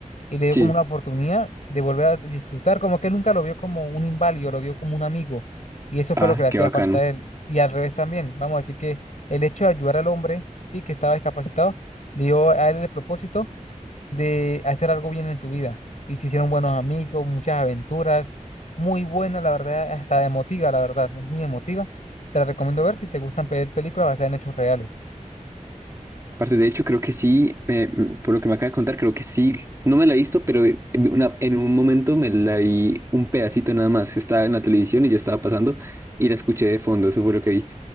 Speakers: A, on the left; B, on the right.
A: Y le dio
B: sí.
A: como una oportunidad de volver a disfrutar, como que él nunca lo vio como un inválido, lo vio como un amigo. Y eso fue
B: Ah,
A: lo que le hacía
B: qué bacano.
A: falta a él. Y al revés también, vamos a decir que el hecho de ayudar al hombre, sí, que estaba discapacitado, le dio a él el propósito de hacer algo bien en su vida. Y se hicieron buenos amigos, muchas aventuras, muy buena, la verdad, hasta emotiva, la verdad, es muy emotiva. Te la recomiendo ver si te gustan ver películas basadas en hechos reales.
B: Aparte, de hecho, creo que sí, eh, mm, por lo que me acaba de contar, creo que sí. No me la he visto, pero eh, en una- en un momento me la vi un pedacito nada más. Estaba en la televisión y yo estaba pasando y la escuché de fondo, eso fue lo que vi.